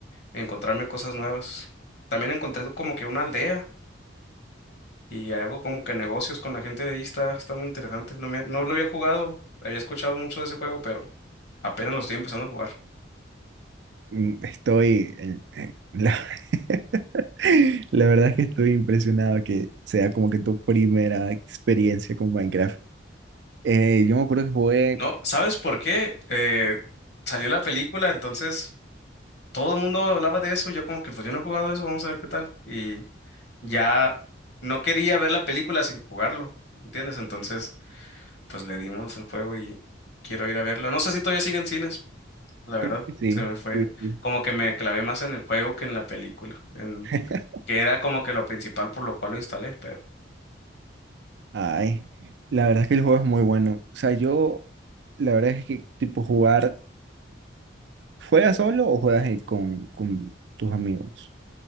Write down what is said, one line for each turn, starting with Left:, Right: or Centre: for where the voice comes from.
Left: encontrarme cosas nuevas. También encontré como que una aldea y hago como que negocios con la gente de ahí, está, está muy interesante. No me, no lo había jugado, había escuchado mucho de ese juego, pero apenas lo estoy empezando a jugar.
Right: Mm, Estoy, en- en- la, <laughs> la verdad es que estoy impresionado que sea como que tu primera experiencia con Minecraft. Eh, yo me acuerdo que jugué,
Left: No, ¿sabes por qué? Eh, salió la película, entonces todo el mundo hablaba de eso. Yo como que pues yo no he jugado eso, vamos a ver qué tal. Y ya no quería ver la película sin jugarlo, ¿entiendes? Entonces pues le dimos el juego y quiero ir a verla. No sé si todavía sigue en cines, la verdad.
Right: creo que sí,
Left: Se me fue
Right: sí, sí.
Left: como que me clavé más en el juego que en la película, en
Right: <laughs>
Left: que era como que lo principal por lo cual lo instalé, pero...
Right: Ay, la verdad es que el juego es muy bueno. O sea, yo, la verdad es que tipo jugar, ¿juegas solo o juegas eh, con, con tus amigos,